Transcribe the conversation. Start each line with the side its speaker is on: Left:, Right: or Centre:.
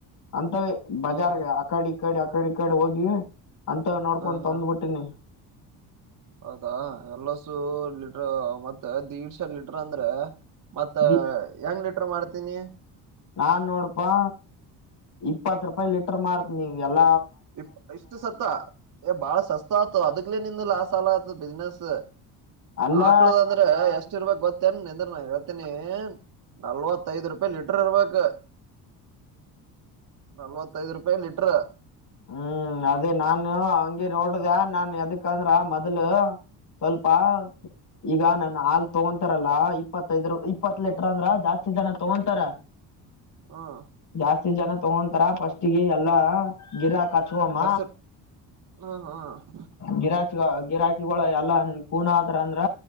Left: ಅಂತವ ಬಜಾರ್ಗೆ
Right: ಹ ಹ
Left: ಅಕಡಿ ಇಕಡಿ ಅಕಡಿ ಕಾಡೆ ಹೋಗಿ ಅಂತ ನೋಡ್ಕೊಂಡು
Right: ಹ
Left: ತಂದ್ಬಿಟ್ಟಿನಿ
Right: ಹಾ ಹೌದಾ ಎಲ್ಲಸು ಲಿಟ್ರ ಮತ್ತೆ್ೀಡ್ಶ ಲೀಟ್ರ ಅಂದ್ರೆ ಮತ್ತ
Left: ದಿ
Right: ಹೆಂಗ್ ಲೀಟರ್ ಮಾಡ್ತೀನಿ
Left: ನಾನ್ ನೋಡಪಾ ಇಪ್ಪತ್ ರೂಪಾಯಿ ಲೀಟರ್ ಮಾಡಾರತನಿ ನೀ ಎಲ್ಲ
Right: ಇ ಇಷ್ಟು ಸತ್ತ ಎ ಬಾಳ ಸಸ್ ಆಯತು ಅದಕ್ಲೆೇ ನಿಂದು ಲಾಸ್ ಆಾಲ ಆತು ಬಿಸ್ನೆಸ್
Left: ಅಲ್ಲಾ
Right: ಹಾಕ್ಳದ ಅಂದ್ರೆ ಎಷ್ಟ ಇರ್ಬೇಕಕ್ ಗೊತ್ತೇನ್ ನಿಂದ ಹೇತನ ನಲ್ವತ್ತೈದು್ ರೂಪಾಯಿ ಲಿಟ್ರ ಇರ್ಬೇಕು ನಲ್ವತ್ತೈದು ರೂಪಾಯಿ ಲಿಟ್ರ
Left: ಹ್ಮ್ ಅದೇ ನಾನು ಹಂಗಗೆ ನೋಡ್ದ ನಾನ್ ಯದಕ್ಕಂದ್ರ ಮೊದ್ಲು ಸ್ವಲ್ಪ ಈಗ ನನ್ ಹಾಲ್ ತಗೊತಾರಲ್ಲಾ ಇಪ್ಪತ್ತೈದರು ಇಪ್ಪತ್ ಲೀಟರ್ ಅಂದ್ರ ಜಾಸ್ತಿ ಜನ ತಗೊಂತಾರ
Right: ಹ್ಮ
Left: ಜಾಸ್ತಿ ಜನ ತಗೊಂತಾರ ಪಫಸ್ಟ್ಿಗೆ ಎಲ್ಲಾ ಗಿರ ಹಾಕ್ ಕಚವಾಮ
Right: ಹೆಸರು ಹ್ಮ ಹ್ಮ
Left: ಗರಾಾಜ ಗಿರಾಕಿಗಳು ಎಲ್ಲ ಕೂನ ಆದ್ರ ಅಂದ್ರ